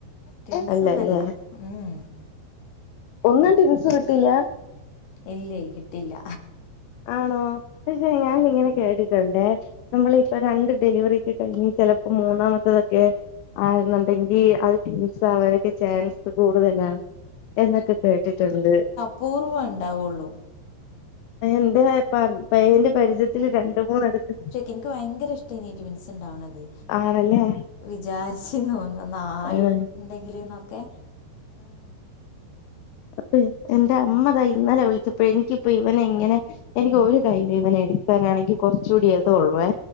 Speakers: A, on the left; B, on the left.
A: ട്വിൻസ്
B: അല്ലല്ലേ
A: ഒന്നുല്ല ഉം ഉം
B: ഒന്നും ടിൻസ് കിട്ടില്ല
A: ഇല്ലേ കിട്ടിയില്ല
B: ആണോ പക്ഷെ ഞാനിങ്ങനെ കേട്ടിട്ടുണ്ടേ നമ്മൾ ഇപ്പ രണ്ട് ഡെലിവറി ഒക്കെ കഴിഞ്ഞ് ചെലപ്പോ മൂന്നാമത്തതൊക്കെ ആകുന്നുണ്ടെങ്കിൽ അത് ട്വിൻസ് ആവാനൊക്കെ ചാൻസ് കൂടുതലാണ് എന്നൊക്കെ കേട്ടിട്ടുണ്ട്
A: പൂർവ്വം ഉണ്ടാവുള്ളൂ
B: എന്ത് <unintelligible> പയ്യന്റെ പരിചയത്തില് രണ്ട് മൂന്നടുത്ത്
A: ഇൻക്ക് ഭയങ്കര ഇഷ്ടയിനി ട്വിൻസ് ഉണ്ടാവ്ണത്.
B: ആണല്ലേ
A: വിചാരിച്ചിനു ഒന്ന് ഒന്നായിണ്ടെങ്കിൽന്നൊക്കെ.
B: ആഹ് അപ്പ എന്റെ അമ്മതാ ഇന്നലെ വിളിച്ചപ്പോ എനിക്കിപ്പ ഇവന എങ്ങനെ. എനിക്ക് ഒരു കയ്ൽ ഇവനെ എടുക്കാനാണെങ്കിൽ കുറച് കൂടി അതള്ളൂ